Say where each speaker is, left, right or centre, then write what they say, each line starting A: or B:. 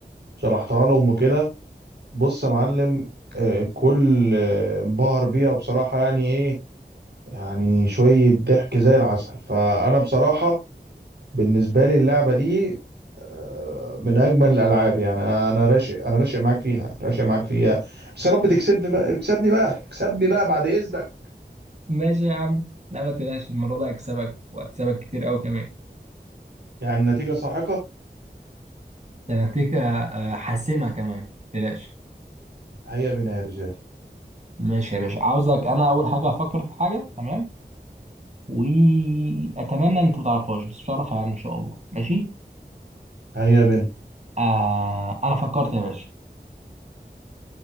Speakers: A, on the right; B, on the right.
A: شرحتها لهم وكده بص يا معلم آه، كل آه، انبهر بيها بصراحة يعني ايه يعني شوية ضحك زي العسل فانا بصراحة بالنسبة لي اللعبة دي آه، من أجمل الألعاب يعني أنا أنا راشق أنا راشق معاك فيها راشق معاك فيها بس يا رب تكسبني بقى اكسبني بقى اكسبني بقى بعد إذنك
B: ماشي يا عم لا ما تقلقش المرة دي هكسبك وهكسبك كتير أوي كمان
A: يعني النتيجة ساحقة
B: ده أنا هديك آه، حاسمة كمان ما تقلقش
A: هيا بنا يا رجال
B: ماشي يا باشا عاوزك أنا أول حاجة أفكر في حاجة تمام وأتمنى أنت ما تعرفهاش بس مش هعرفها يعني إن شاء الله ماشي؟
A: هيا بنا
B: آه أنا فكرت يا باشا